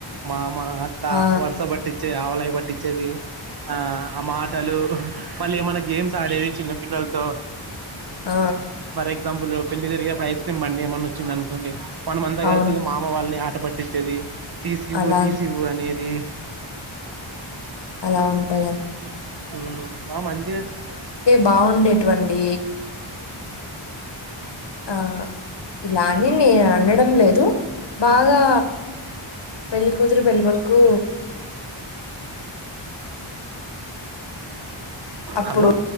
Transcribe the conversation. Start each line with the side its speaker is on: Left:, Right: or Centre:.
Right: మామ అత్తా
Left: ఆ!
Right: వరుస బట్టి చ్ తే ఆవలయి పట్టిచేది ఆ ఆ మాటలు మళ్ళీ మనకి గేమ్స్ ఆడేది చిన్నపిల్లలతో
Left: ఆ
Right: ఎగ్జాంపుల్ పెళ్లి జరిగినప్పుడు ఐస్ క్రీమ్ ఏమన్నా వచ్చంది అనుకోండి మనంమంతా
Left: అవును.
Right: కలిసి ఇగ మామ వాళ్ళని ఆ ట పట్టిచ్చేది తీసివ్వు
Left: అలా
Right: తీసివ్వు అనేది
Left: అలా ఉం తగన్
Right: ఆమ్ బా మంచిగ
Left: బావుండేటివండి. ఆ ఇలాని నేను అనడం లేదు బాగా పెళ్లికూతురు పెళ్ళికొడుకు అప్పుడు
Right: హలో